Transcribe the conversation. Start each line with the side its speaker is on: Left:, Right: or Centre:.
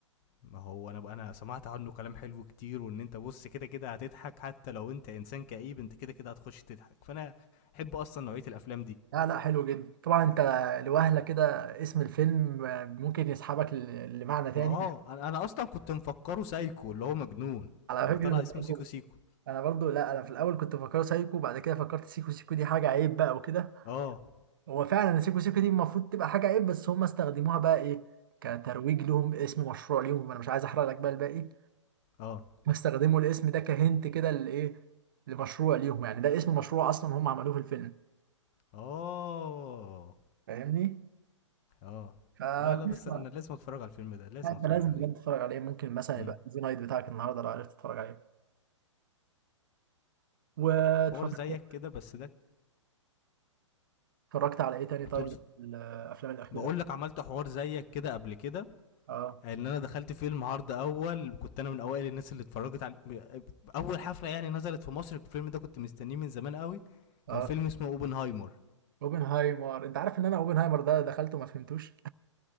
Left: ما هو انا بقى انا سمعت عنه كلام حلو كتير وان انت بص كده كده هتضحك حتى لو انت انسان كئيب انت كده كده هتخش تضحك فانا احب اصلا نوعيه الافلام دي
Right: لا لا حلو جدا طبعا انت لوهلة كده اسم الفيلم آه، ممكن يسحبك ل- لمعنى تاني
Left: ما اه انا انا اصلا كنت مفكره سايكو اللي هو مجنون
Right: على
Left: طلع
Right: فكرة
Left: طلع
Right: انا
Left: اسمه سيكو
Right: برضو
Left: سيكو
Right: انا برضو لا انا في الاول كنت فاكره سايكو بعد كده فكرت سيكو سيكو دي حاجة عيب بقى وكده
Left: اه
Right: هو فعلا سيكو سيكو دي المفروض تبقى حاجة عيب بس هم استخدموها بقى ايه كترويج لهم اسم مشروع ليهم انا مش عايز احرق لك بقى الباقي
Left: اه
Right: استخدموا الاسم ده كهنت كده لايه لمشروع ليهم يعني ده اسم مشروع اصلا هم عملوه في الفيلم
Left: اه
Right: فاهمني؟
Left: اه
Right: فقصة
Left: لا لا بس انا لازم اتفرج على الفيلم ده لازم
Right: لا، انت
Left: اتفرج
Right: لازم
Left: عليه
Right: بجد تتفرج عليه ممكن مثلا
Left: امم
Right: يبقى زي نايت بتاعك النهارده لو عرفت تتفرج عليه واتفرجت
Left: حوار زيك كده بس ده
Right: اتفرجت على ايه تاني طيب
Left: طول
Right: الافلام الاخيره
Left: بقول لك عملت حوار زيك كده قبل كده
Right: اه
Left: ان انا دخلت فيلم عرض اول كنت انا من اوائل الناس اللي اتفرجت على ب- اول حفله يعني نزلت في مصر الفيلم ده كنت مستنيه من زمان قوي
Right: اه
Left: كان فيلم اسمه اوبنهايمر
Right: اوبنهايمر انت عارف ان انا اوبنهايمر ده دخلته ما فهمتوش